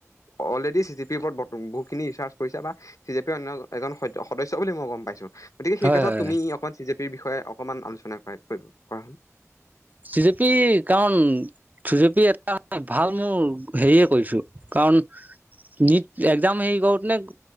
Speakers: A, on the left; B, on the right.
A: অলৰেডি চি চি পিৰ ওপৰত বহুতখিনি ৰিচাৰ্জ কৰিছা বা- চি জে পিৰ অন্য এজন স- সদস্য বুলি মই গম পাইছো। গতিকে সেই
B: হয়
A: ষেত্ৰত
B: হয়
A: তুমি- অকণমান চি জে পিৰ বিষয়ে অকণমান আলোচনা কৰা কৰিব কৰা হ'ল।
B: চি জে পি কাৰণ- চি জি পি এটা ভাল মোৰ হেৰিয়ে কৰিছোঁ। কাৰণ- নিত এক্সাম হেৰি কৰোতে নে-